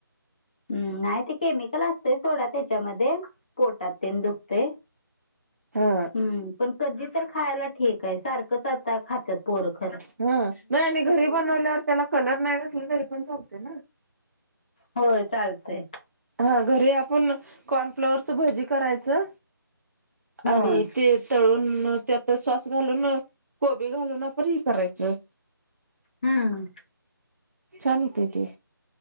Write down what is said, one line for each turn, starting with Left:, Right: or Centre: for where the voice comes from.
Left: हम् नाही ते केमिकल असतय सोडा त्याच्यामध्ये पोटात ते दुखते
Right: हा
Left: हम्म पण कधी तर खायला ठीक आहे सारखंच आता खातात पोरक
Right: ह नाही आणि घरी बनवल्यावर त्याला कलर नाही घातला तरी पण सांगते ना
Left: होय चालतेय
Right: हा घरी आपण कॉर्नफ्लॉवरच भजी करायचं
Left: होय.
Right: आणि ते तळून त्यात स्वास घालून कोबी घालून आपण हे करायचं
Left: हम्म
Right: छान होतय ते